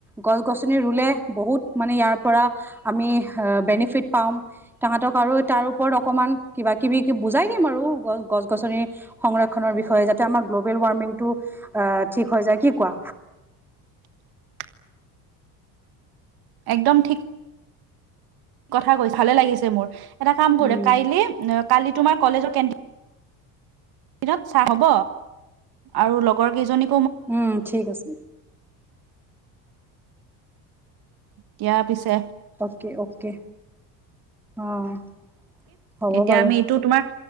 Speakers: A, in the centre; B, on the right (about 60°).
A: গছ-গছনি ৰুলে বহুত মানে ইয়াৰ পৰা আমি বেনিফিট পাম তাহাঁতক আৰু তাৰ ওপৰত অকমান কিবাকিবি বুজাই দিম আৰু গছ গছ-গছনিৰ সংৰক্ষণৰ বিষয়ে যাতে আমাৰ গ্ল'বেল ৱাৰ্মিংটো অ', ঠিক হৈ যায়, কি কোৱা।
B: <inaudible> একদম ঠিক কথা কৈ ভালে লাগিছে মোৰ এটা কাম
A: উম
B: কৰে কাইলে কালি তোমাৰ কলেজৰ কেনটি দিনত চা হ'ব আৰু লগৰ কেইজনী
A: উম, ঠিক আছে।
B: দিয়া পিছে।
A: অ'কে, অ'কে অ'। হ'ব
B: এতিয়া
A: বাৰু
B: আমি এইটো তোমাৰ